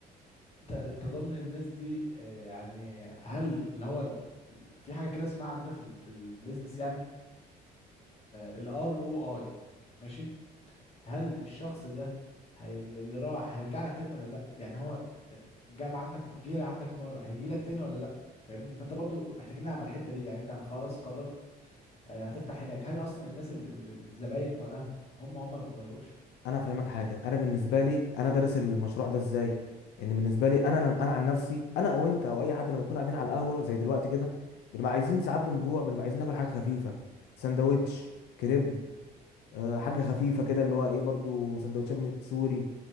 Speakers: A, on the left; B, on the left.
A: انت ضامن الناس دي آه، يعني هل اللي هو ال- ال- في حاجة كده اسمها عندنا في ال في البيزنس يعني الار او اي ماشي هل الشخص ده هي اللي راح هيرجع لك تاني ولا لا يعني هو آه، جاب عندك جه عندك مرة هيجي لك تاني ولا لا فاهمني فانت برضو محتاجين نلعب على الحتة دي يعني انت خلاص قررت آه، هتفتح هناك هل اصلا الناس ال- ال- الزباين بتوع القهوه هم هم ما بيتغيروش
B: انا فاهمك حاجه انا بالنسبه لي انا دارس المشروع ده ازاي ان بالنسبه لي انا لم- انا عن نفسي انا او انت او اي حد لما نكون قاعدين على القهوه زي دلوقتي كده بنبقى عايزين ساعات بنجوع بنبقى عايزين ناكل حاجه خفيفه سندوتش كريب آه، حاجه خفيفه كده اللي هو ايه برضو سندوتشات م- سوري